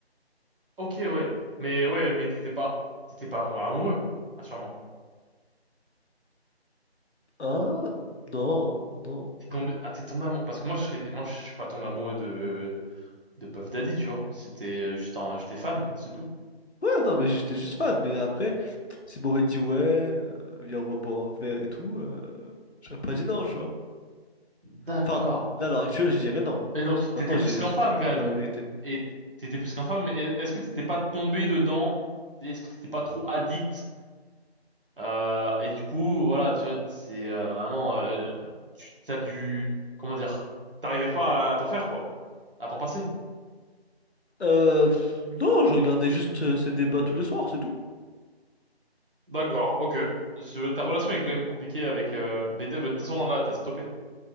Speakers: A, on the right; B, on the left.
A: Ok, ouais. Mais ouais, mais t'étais pas, t'étais pas vraiment amoureux. Assure-moi.
B: Ah, non, non.
A: T'es tombé, ah, t'es tombé amoureux. Parce que moi, je serais, moi, je suis pas tombé amoureux de, de Puff Daddy, tu vois. C'était euh, juste un, j'étais fan, c'est tout.
B: Ouais, non, mais j'étais juste fan. Mais après, s'il m'aurait dit ouais, euh, viens, on va boire un verre et tout, euh, j'aurais pas dit non, tu vois.
A: D'accord.
B: Enfin, là, à l'heure actuelle, je dirais non.
A: Et donc,
B: Parce que maintenant,
A: t'étais
B: j'ai
A: plus qu'un
B: j'ai
A: fan, quand
B: découvert
A: même.
B: la vérité.
A: Et t'étais plus qu'un fan, mais est- est-ce que t'étais pas tombé dedans? Est-ce que t'étais pas trop addict? Euh, et du coup, voilà, tu vois, c'est euh, vraiment, euh, tu t'as dû, comment dire, t'arrivais pas à, à t'en faire quoi, à t'en passer.
B: Euh, pff, non, je regardais juste euh, ces débats tous les soirs, c'est tout.
A: D'accord, ok. Je- ta relation est quand même compliquée avec, euh, mais de de toute façon là, t'as stoppé.